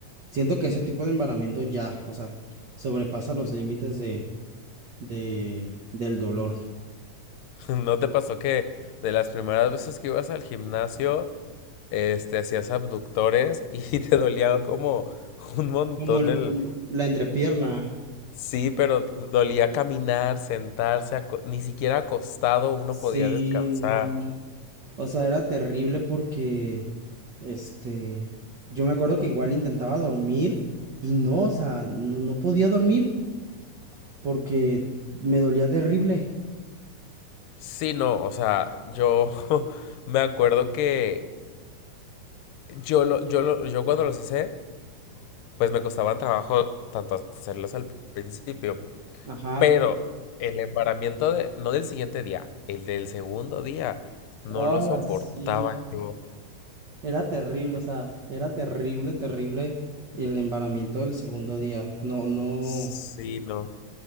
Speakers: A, on the right (about 80°); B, on the left (about 80°).
A: siento que ese tipo de embaramiento ya, o sea, sobrepasa los límites de, del dolor.
B: <laughs> ¿No te pasó que de las primeras veces que ibas al gimnasio, este, hacías abductores y <laughs> te dolía como un montón
A: Como,
B: el...
A: como la entrepierna.
B: Sí, pero te dolía caminar, sentarse, aco- ni siquiera acostado uno
A: Sí,
B: podía descansar.
A: no. O sea, era terrible porque, este, yo me acuerdo que igual intentaba dormir y no, o sea, no, no podía dormir porque me dolía terrible.
B: Sí, no, o sea, yo <laughs> me acuerdo que yo lo, yo lo, yo cuando los hice, pues me costaban trabajo tanto hacerlos al principio.
A: Ajá.
B: Pero el embaramiento de, no del siguiente día, el del segundo día, no
A: Hola,
B: lo soportaba
A: sí.
B: yo.
A: Era terrible, o sea, era terrible, terrible el embaramiento del segundo día. No, no,
B: Sí, no.